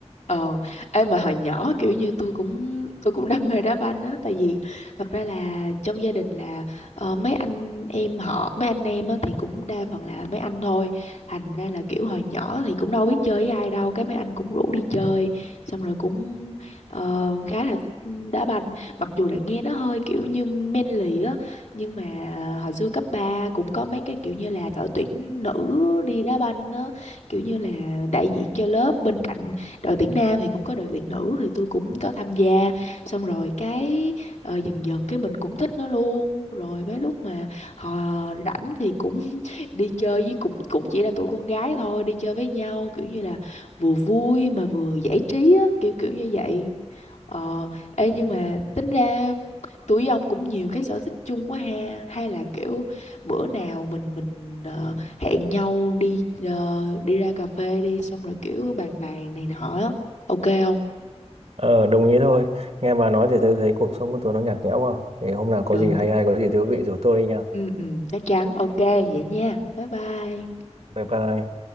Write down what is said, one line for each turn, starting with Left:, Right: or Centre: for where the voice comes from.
Left: ờ em mà hồi nhỏ kiểu như tôi cũng tôi cũng đam mê đá banh á tại vì thật ra là trong gia đình là ờ, mấy anh em họ mấy anh em á thì cũng đa phần là mấy anh thôi thành ra là kiểu hồi nhỏ thì cũng đâu biết chơi với ai đâu cái mấy anh cũng rủ đi chơi xong rồi cũng ờ, khá là thích đá banh mặc dù là nghe nó hơi kiểu như manly á nhưng mà hồi xưa cấp 3 cũng có mấy cái kiểu như là đội tuyển nữ đi đá banh á kiểu như là đại diện cho lớp bên cạnh đội tuyển nam thì cũng có đội tuyển nữ thì tôi cũng có tham gia xong rồi cái ờ, dần dần cái mình cũng thích nó luôn rồi mấy lúc mà họ rảnh thì cũng <laughs> đi chơi với cũng cũng chỉ là tụi con gái thôi đi chơi với nhau kiểu như là vừa vui mà vừa giải trí á kiểu kiểu như vậy Ờ, ê nhưng mà tính ra tụi ông cũng nhiều cái sở thích chung quá ha hay là kiểu bữa nào mình mình ờ, hẹn nhau đi ờ, đi ra cà phê đi xong rồi kiểu bàn bàn này nọ á. ok không
Right: Ờ, đồng ý thôi. Nghe bà nói thì tôi thấy cuộc sống của tôi nó nhạt nhẽo quá. Thì hôm nào có
Left: được
Right: gì hay hay có gì thú vị rủ tôi đi nha.
Left: ừ ừ chắc chắn ok vậy nha bye bye
Right: Bye bye.